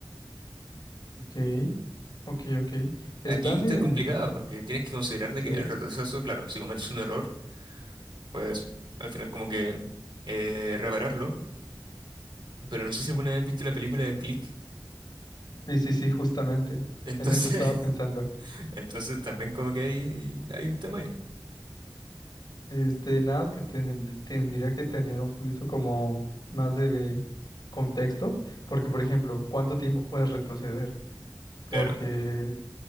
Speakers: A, on the left; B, on the right.
A: ok, ok, ok. Está
B: Aquí
A: bien,
B: está complicada porque tienes que considerar de
A: sí,
B: que el retroceso, claro, si cometes un error, pues al final como que eh, repararlo. Pero no sé si alguna vez viste la película de Click.
A: sí, sí, sí, justamente.
B: Entonces,
A: En eso estaba pensando.
B: <laughs> entonces también como que hay, hay un tema ahí.
A: Este, nada más que ten- tendría que tener un poquito como más de contexto, porque por ejemplo, ¿cuánto tiempo puedes retroceder? Porque
B: Claro.